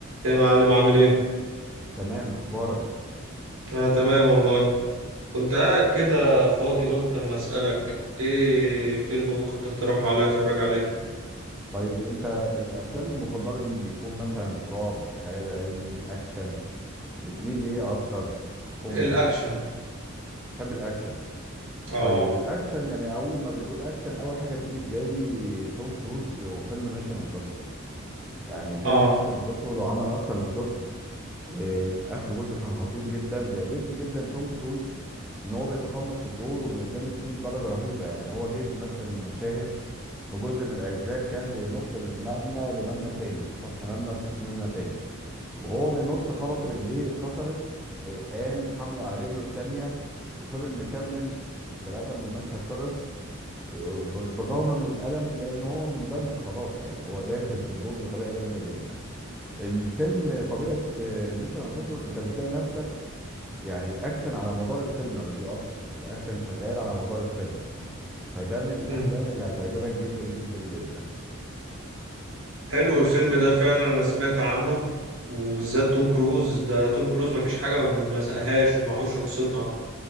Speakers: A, on the right; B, in the centre.
A: إيه يا معلم عامل ايه؟
B: تمام اخبارك
A: انا تمام والله كنت قاعد كده فاضي قلت اما اسألك ايه فيلم ممكن تقترحه عليا اتفرج عليه؟
B: طيب انت الافلام المفضله ليك بيكون مثلا رعب خيال علمي اكشن بتميل لايه اكتر كوميدي
A: الاكشن
B: تحب الاكشن
A: اه
B: طيب الاكشن يعني اول ما بتقول اكشن اول حاجه بتيجي في بالي توم كروز وفيلم ميشن امبوسيبل يعني فيلم
A: اه
B: ميشن امبوسيبل هو عمل اكتر من جزء إيه اخر جزء كان خطير جدا بيعجبني جدا توم كروز ان هو بيتقمص الدور وبيندمج فيه بدرجه رهيبه يعني هو جه في مشهد من المشاهد في جزء من الأجزاء كان بينط من مبنى لمبنى تاني من سطح مبنى لسطح مبنى تاني وهو بينط خبط رجليه اتكسرت آه، قام حمل على رجله التانية وفضل مكمل لغاية ما المشهد خلص آه، وبال- بالرغم من الألم إلا إن هو مندمج خلاص يعني هو داخل في الدور بطريقة جامدة جدا الفيلم طبيعة ميشن امبوسيبل أنت بتلاقي نفسك يعني الأكشن على مدار الفيلم ما بيقفش الأكشن شغال على مدار الفيلم فده من الأفلام
A: مم.
B: اللي هتعجبك جدا جدا جدا
A: حلو الفيلم ده فعلا انا سمعت عنه وبالذات توم كروز ده توم كروز مفيش حاجة ما ما سقهاش ومعهوش رخصتها